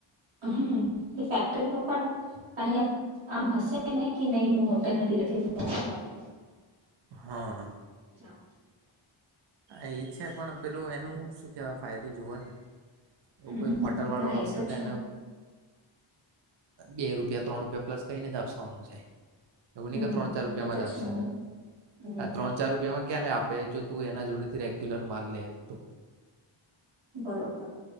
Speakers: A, on the right; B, on the right.
A: હમ્મ એ ફેક્ટરી નું પણ કાંઈ કામ હશે ને કે નહી હોટેલને <unintelligible> નોકરી આપ
B: હા
A: <unintelligible>
B: એ છે પણ પેલોું એનું શું કેહેવાય ફાયદો જુવો ને. એવું
A: હમ્મ
B: કોઈક હોટલ વાળું
A: હા
B: આવશે
A: એ તો છે.
B: એને બે રૂપિયા ત્રણ રૂપિયા પ્લસ કઈને જ આપસવાનું છે એવું નઈ
A: હમ
B: કે ત્રણ ચાર રૂપિયા
A: એ
B: માં
A: તો
B: જ આપશેને
A: છે હમ
B: આ ત્રણ ચાર રૂપિયામાં ક્યારે આપે જોતું એ જોડે થી રેગ્યુલર માલ લે તો
A: બરોબર